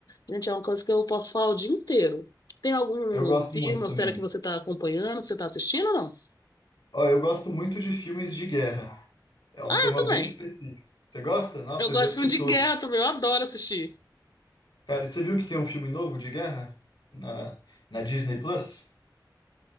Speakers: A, on the left; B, on the left.
A: Gente, é uma coisa que eu posso falar o dia inteiro. Tem algum
B: Eu gosto
A: filme
B: muito
A: ou
B: também.
A: série que você está acompanhando, que você está assistindo ou não?
B: Ó, eu gosto muito de filmes de guerra. É um
A: Ah,
B: tema
A: eu também.
B: bem específico. Você gosta? Nossa,
A: Eu gosto
B: eu já assisti
A: de filme de
B: todo.
A: guerra também, eu adoro assistir.
B: Cara, você viu que tem um filme novo de guerra na, na Disney Plus?